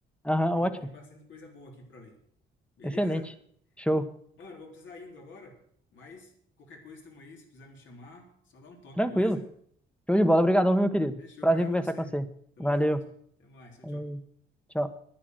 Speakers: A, in the centre; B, on the left.
A: Aham,
B: Tem,
A: ótimo.
B: tem bastante coisa boa aqui pra ler. Beleza?
A: Excelente. Show.
B: Mano, vou precisar indo agora, mas qualquer coisa estamos aí, se precisar me chamar, só dá um toque,
A: Tranquilo.
B: beleza?
A: Show de bola. Obrigadão, meu querido.
B: Fechou,
A: Prazer
B: obrigado
A: em conversar
B: a você.
A: com você.
B: Tamo
A: Valeu.
B: junto. Até mais, tchau,
A: Falou.
B: tchau.
A: Tchau.